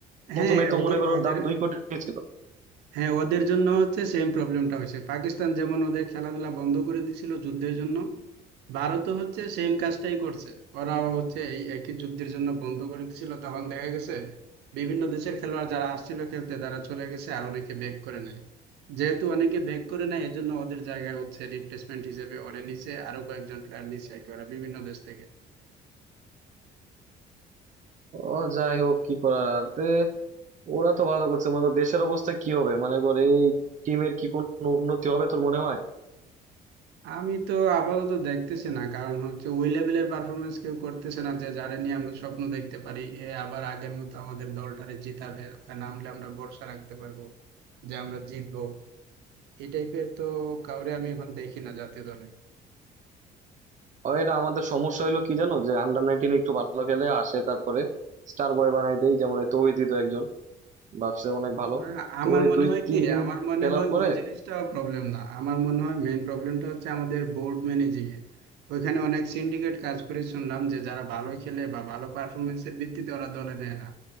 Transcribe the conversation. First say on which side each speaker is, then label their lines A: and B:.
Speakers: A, on the right; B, on the right.
A: প্রথমে
B: হ্যাঁ
A: তো
B: ওদের
A: মনে করো ওর
B: ওদের
A: দাম দুই কোটি ছিল
B: হ্যাঁ ওদের জন্য হচ্ছে সেম প্রবলেমটা হয়েছে পাকিস্তান যেমন ওদের খেলাধুলা বন্ধ করে দিয়েছিল যুদ্ধের জন্য ভারতও হচ্ছে সেম কাজটাই করছে ওরাও হচ্ছে এই একই যুদ্ধের জন্য বন্ধ করে দিয়েছিল তখন দেখা গেছে বিভিন্ন দেশের খেলোয়াড় যারা আসছিল খেলতে তারা চলে গেছে আর অনেকে ব্যাক করে নেয় যেহেতু অনেকে ব্যাক করে নেয় এজন্য ওদের জায়গায় হচ্ছে রিপ্লেসমেন্ট হিসেবে ওরা নিচে আরো কয়েকজন প্লেয়ার নিচে আর কি ওরা বিভিন্ন দেশ থেকে
A: ও যাই হোক কি করার আর তে ওরা তো ভালো করছে মনে করো দেশের অবস্থা কি হবে মানে কর এই টিমের কি কোনো উন্নতি হবে তোর মনে হয়
B: আমি তো আপাতত দেখতেছি না কারণ হচ্ছে ওই লেভেলের পারফরমেন্স কেউ করতেছে না যে যারা নিয়ে আমরা স্বপ্ন দেখতে পারি এ আবার আগের মতো আমাদের দলটারে জিতাবে নামলে আমরা ভরসা রাখতে পারবো যে আমরা জিতবো এই টাইপের তো কাউরে আমি এখন দেখি না জাতীয় দলে
A: আর এটা আমাদের সমস্যা হলো কি জানো যে আন্ডার নাইনটিন একটু ভালো খেলে আসে তারপরে স্টার বয় বানাই দেয় যেমন এই তৌহিদি তো একজন ভাবছে অনেক ভালো
B: না আমার
A: তো ওই
B: মনে
A: দুই
B: হয়
A: তিন
B: কি
A: দিন
B: আমার মনে
A: খেলার
B: হয়
A: পরে
B: ওই জিনিসটা প্রবলেম না আমার মনে হয় মেইন প্রবলেমটা হচ্ছে আমাদের বোর্ড ম্যানেজিং এ ওইখানে অনেক সিন্ডিকেট কাজ করে শুনলাম যে যারা ভালো খেলে বা ভালো পারফরমেন্সের ভিত্তিতে ওরা দলে নেয় না